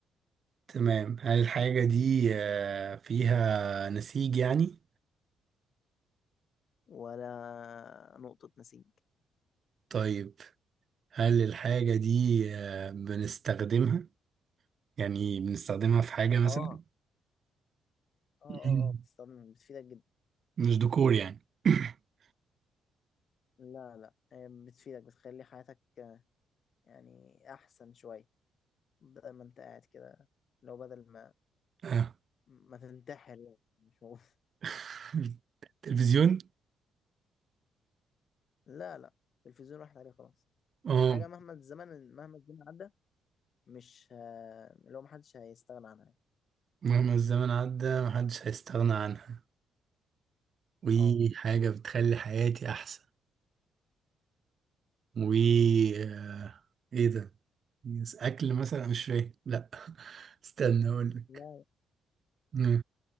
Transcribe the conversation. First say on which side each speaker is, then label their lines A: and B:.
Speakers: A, on the right (about 50°); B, on the left (about 55°).
A: تمام هل الحاجه دي آه، فيها نسيج يعني
B: ولا نقطه نسيج
A: طيب هل الحاجة دي آه، بنستخدمها يعني بنستخدمها في حاجة مثلا
B: اه اه اه
A: <clears throat>
B: اه بتستخدم بتفيدك جدا
A: مش ديكور يعني <clears throat>
B: لا لا هي بتفيدك بتخلي حياتك آه، يعني أحسن شوية بدل ما أنت قاعد كده لو بدل ما
A: <coughs> آه.
B: ما تنتحر يعني مش هو <laughs>
A: <laughs> تلفزيون
B: لا لا التلفزيون راحت عليه خلاص
A: اه
B: هي حاجة مهما الزمن مهما الزمن عدى مش آه، لو محدش هيستغنى عنها يعني.
A: مهما الزمن عدى محدش هيستغنى عنها وحاجة
B: اه
A: بتخلي حياتي أحسن و آه، إيه ده؟ أكل مثلا مش فاهم لأ <laughs> استنى أقولك
B: لا
A: مم.